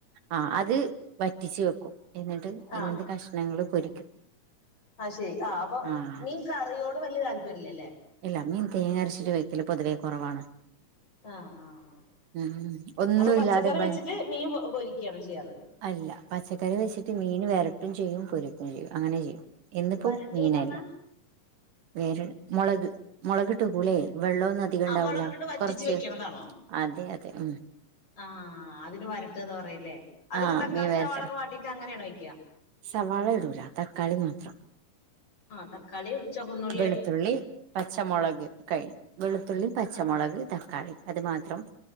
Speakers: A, on the right; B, on the left.
A: ആഹ് അത് വറ്റിച്ചു വെക്കും എന്നിട്ട്
B: ആഹ്
A: ഇങ്ങനത്തെ കഷ്ണങ്ങൾ പൊരിക്കും
B: ആഹ്ശരി ആഹ് അപ്പൊ
A: ആഹ്
B: മീൻ കറിയോട് വല്ല്യ താല്പര്യല്ല അല്ലെ
A: ഇല്ല മീൻ തേങ്ങ അരച്ചിട്ട് വെക്കല് പൊതുവേ കുറവാണ്
B: ആഹ് ആഹ്
A: ഉം ഒന്നും
B: അപ്പൊ പച്ചക്കറി
A: ഇല്ലാതെ
B: വെച്ചിട്ട് മീൻ പൊ പൊരിക്കയാണോ ചെയ്യാറ്
A: അല്ല പച്ചക്കറി വെച്ചിട്ട് മീൻ വെരട്ടും ചെയ്യും പൊരുക്കും ചെയ്യും അങ്ങനെ ചെയ്യും എന്നിപ്പോ
B: വരട്ടുന്ന്
A: മീനല്ല
B: പറഞ്ഞാ
A: വേറെ മൊളക് മൊളകിട്ട് വെക്കുലെ വെള്ള ഒന്ന് ണ്ടാവൂല്ല
B: ആഹ് മുളകിട്ടിട്ട് വറ്റിച്ച്
A: കൊറച്ച്
B: വെക്കണതാണോ
A: അതെ അതെ ഉം
B: ആഹ് അതിന് വരട്ടന്താ പറല്ലേ അതില്
A: ആഹ്
B: തക്കാളി
A: മീൻ വരട്ട
B: സവാളൊക്കെ വാട്ടീയിട്ട് അങ്ങനെയാണോ വയ്ക്കാ
A: സവാള ഇടൂല തക്കാളി മാത്രം
B: ആഹ് തക്കാളി ചുവന്
A: വെളുത്തുള്ളി പച്ചമുളക് കൈ വെളുത്തുള്ളി
B: ആഹ്
A: പച്ചമുളക് തക്കാളി അത് മാത്രം